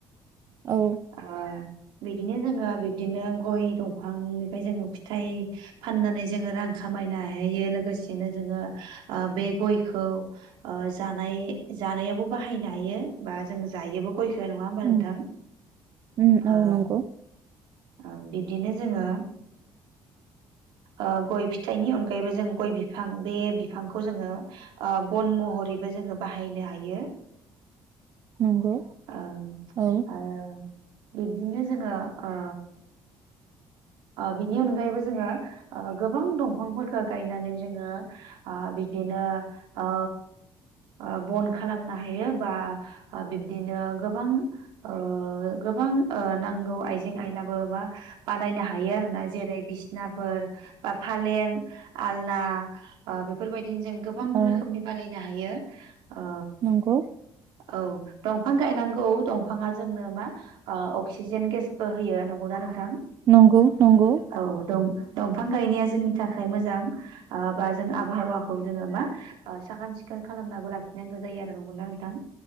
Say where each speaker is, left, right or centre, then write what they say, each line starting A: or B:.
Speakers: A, on the right; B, on the right.
A: औ
B: ओ बिदिनो जोङो बिब्दिनो गइ दं बिफांनिफ्राय जोङो फिथाइ फाननानै जोङो रां खामायनो हायो लोगोसेनो जोङो ओ बे गइखौ ओ जानाय जानायावबो बाहायनो हायो बा जों जायोबो गइखौ नङाहोनबा नोंथां
A: उम उम
B: ओ
A: औ नंगौ
B: ओम बिदिनो जोङो ओ गइ फिथाइनि अनगायैबो जों गइ बिफां बे बिफांखौ जोङो ओ बन महरैबो जोङो बाहायनो हायो
A: नंगौ
B: ओ -
A: औ
B: ओ बिब्दिनो जोङो ओ ओ बिनि अनगायैबो जोङो ओ गोबां दंफांफोरखो गायनानै जोङो ओ बिब्दिनो ओ ओ बन खालामनो हायो बा बिब्दिनो गोबां ओ गोबां नांगौ आइजें आइलाबो बा बानायनो हायो आरो ना जेरै बिसनाफोर बा फालें आलना बेफोरबायदि दिनो जों गोबां
A: औ
B: रोखोमनि बानायनो हायो ओ
A: नंगौ
B: औ दंफां गायनांगौ दंफाङा जोंनो मा अक्सिजेन गेसबो होयो नंगौना नोंथां
A: नंगौ - नंगौ
B: औ दं दंफां गायनाया जोंनि थाखाय मोजां बा जों आबहावाखौ जोङो मा साखोन सिखोन खालामनाबो लाखिनांगौ जायो आरो नंगौना नोंथां